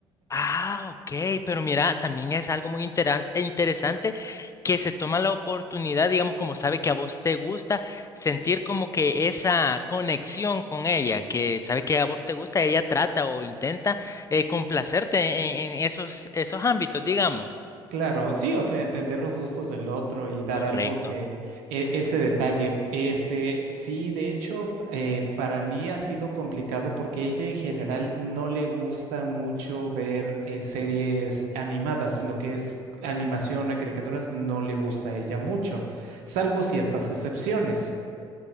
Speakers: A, on the left; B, on the right.
A: Ah, ok, pero mira, también es algo muy intera- interesante que se toma la oportunidad, digamos, como sabe que a vos te gusta, sentir como que esa conexión con ella, que sabe que a vos te gusta, ella trata o intenta eh, complacerte en, en esos, esos ámbitos, digamos.
B: Claro, sí, o sea, entender los gustos del otro y dar
A: Correcto.
B: algo que e- ese detalle. Este, sí, de hecho, eh, para mí ha sido complicado porque ella en general no le gusta mucho ver eh, series animadas, lo que es animación o caricaturas no le gusta a ella mucho, salvo ciertas excepciones